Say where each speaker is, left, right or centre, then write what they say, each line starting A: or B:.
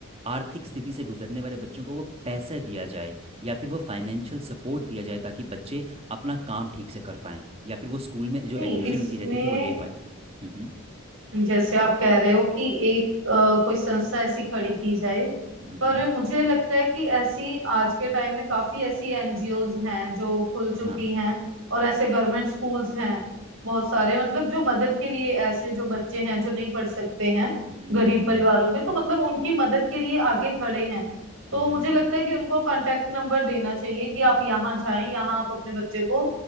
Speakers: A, on the right; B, on the right.
A: आर्थिक स्थिति से गुजरने वाले बच्चों को वो पैसा दिया जाए या फिर वो फाइनेंशियल सपोर्ट दिया जाए ताकि बच्चे अपना काम ठीक से कर पाएं या फिर वो स्कूल में जो
B: नहीं
A: एडमिशन
B: इसमें
A: उनकी रहती थी वो ले पाएं हम्म
B: जैसे आप कह रहे हो कि एक अ, कोई संस्था ऐसी खड़ी की जाए
A: हम्म
B: पर मुझे लगता है कि ऐसी आज के टाइम में काफी ऐसी एनजीओज हैं जो खुल चुकी
A: हाँ
B: हैं और ऐसे गवर्नमेंट स्कूल्स हैं बहुत सारे मतलब जो मदद के लिए ऐसे जो बच्चे हैं जो नहीं पढ़ सकते हैं
A: हम्म
B: गरीब परिवारों के तो मतलब उनकी मदद के लिए आगे खड़े हैं तो
A: हम्म
B: मुझे लगता है कि उनको कांटेक्ट नंबर देना चाहिए कि आप यहाँ जाएं यहाँ आप अपने बच्चे को